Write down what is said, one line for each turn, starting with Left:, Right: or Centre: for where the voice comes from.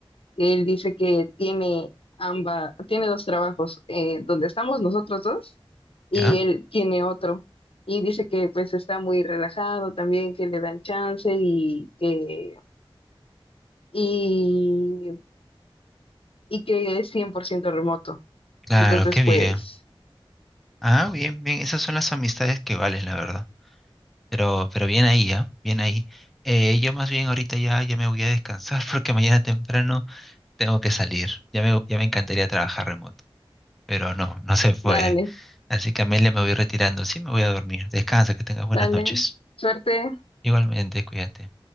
Left: Él dice que tiene amba, tiene dos trabajos, eh, donde estamos nosotros dos y
Centre: ¿Ya?
Left: él tiene otro. Y dice que pues está muy relajado también, que le dan chance y que, y, y que es 100% remoto.
Centre: Claro,
Left: Entonces,
Centre: qué bien.
Left: pues,
Centre: Ah, bien, bien, esas son las amistades que valen, la verdad. Pero, pero bien ahí, ¿ah? Bien ahí. Eh, yo más bien ahorita ya, ya me voy a descansar <laughs> porque mañana temprano tengo que salir. Ya me, ya me encantaría trabajar remoto, pero no, no se puede.
Left: dale,
Centre: Así que Amelia me voy retirando. Sí, me voy a dormir. Descansa, que tengas buenas
Left: dale,
Centre: noches.
Left: suerte.
Centre: Igualmente, cuídate.